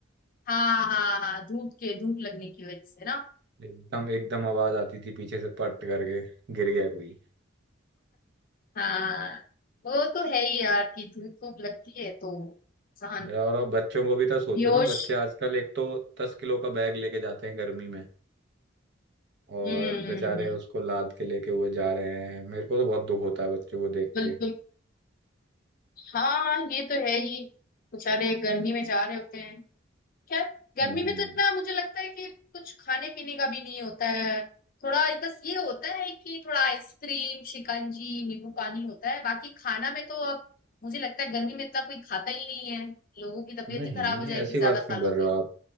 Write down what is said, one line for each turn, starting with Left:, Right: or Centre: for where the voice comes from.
Left: हाँ हाँ हाँ, धूप के धूप लगने की वजह से ना
Right: एकदम एकदम आवाज आती थी पीछे से पट करके गिर गया कोई
Left: हाँ वो तो है ही यार कि धूप खूब लगती है तो इंसान
Right: अरे और अब बच्चों को भी तो सोचो
Left: बेहोश
Right: ना बच्चे आजकल एक तो दस किलो का बैग लेके जाते हैं गर्मी में और
Left: हम्म हम्म,
Right: बेचारे
Left: हम्म,
Right: उसको लाद के लेके हुए जा रहे हैं मेरे को तो बहुत दुख होता है बच्चों को देख
Left: बिल्कुल
Right: के
Left: हाँ ये तो है ही बेचारे गर्मी में जा रहे होते हैं खैर गर्मी
Right: हम्म
Left: में तो इतना मुझे लगता है कि कुछ खाने पीने का भी नहीं होता है थोड़ा बस ये होता है कि थोड़ा आइसक्रीम शिकंजी नींबू पानी होता है बाकी खाना में तो अब मुझे लगता है गर्मी में इतना कोई खाता ही नहीं है लोगों की तबीयत
Right: नहीं
Left: ही खराब हो जाएगी
Right: ऐसी
Left: ज्यादा
Right: बात क्यों
Left: खा लोगे
Right: कर रहे हो आप